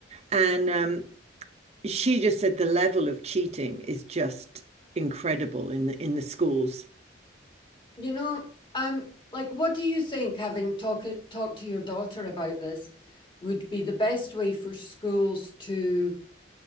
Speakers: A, on the right (about 30°); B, on the left (about 25°).
A: And um, she just said the level of cheating is just incredible in the in the schools.
B: You know, um, like, what do you think, having talk talk to your daughter about this, would be the best way for schools to